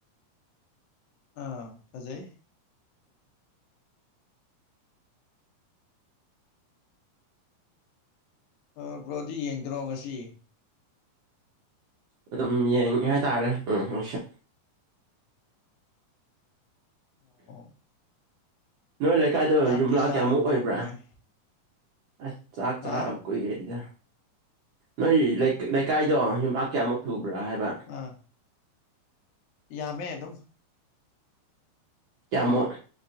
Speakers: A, on the left (about 75°); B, on the right (about 80°).
A: ꯑꯥ ꯐꯖꯩ ꯑ ꯕ꯭ꯔꯣꯗꯤ ꯌꯦꯡꯗ꯭ꯔꯣ ꯉꯁꯤ
B: ꯑꯗꯨꯝ ꯌꯦꯡꯉꯦ ꯍꯥꯏꯇꯥꯔꯦ ꯎꯝ ꯑꯩꯁꯨ
A: ꯑꯣ
B: ꯅꯣꯏ ꯂꯩꯀꯥꯏꯗꯣ
A: ꯆꯥꯛꯇꯤ
B: ꯌꯨꯝꯂꯥꯛ
A: ꯆꯥꯔꯕ꯭ꯔꯣ
B: ꯀꯌꯥꯃꯨꯛ ꯑꯣꯏꯕ꯭ꯔꯥ
A: ꯀꯃꯥꯏ
B: ꯑꯁ ꯆꯥꯛ ꯆꯥꯕ
A: ꯍꯥ
B: ꯀꯨꯏꯔꯦꯗ ꯅꯣꯏ
A: ꯑꯣ
B: ꯂꯩꯀꯥꯏꯗꯣ ꯌꯨꯝꯂꯥꯛ ꯀꯌꯥꯃꯨꯛ ꯁꯨꯕ꯭ꯔꯥ ꯍꯥꯏꯕ
A: ꯑꯥ ꯌꯥꯝꯃꯦ ꯑꯗꯨꯝ
B: ꯀꯥꯌꯥꯃꯨꯛ